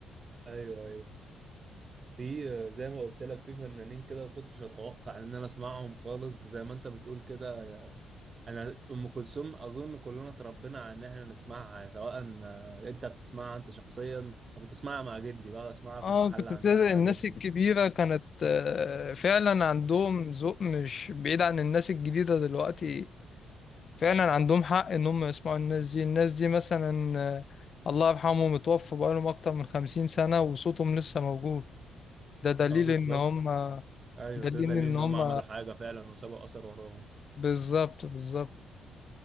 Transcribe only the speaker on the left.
اه
كنت
بتلاقي
الناس
الكبيرة كانت آه، فعلا عندهم ذوق مش بعيد عن الناس الجديدة دلوقتي فعلا عندهم حق ان هم يسمعوا الناس دي الناس دي مثلا آه، الله يرحمه متوفى بقالهم اكتر من خمسين سنة وصوتهم لسه موجود ده دليل
ان هم
دليل
ان
هم
بالظبط بالظبط